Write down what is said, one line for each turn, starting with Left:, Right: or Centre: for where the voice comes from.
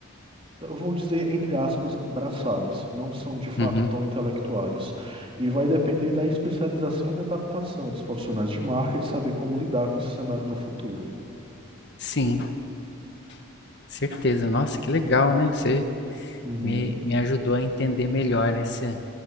Right: eu vou dizer, entre aspas, braçais, não são de fato
Left: uhum.
Right: tão intelectuais. E vai depender da especialização e da adaptação dos profissionais de marketing saber como lidar com esse cenário no futuro.
Left: Sim, certeza. Nossa, que legal, né? Você
Right: Uhum,
Left: me, me ajudou a entender melhor esse,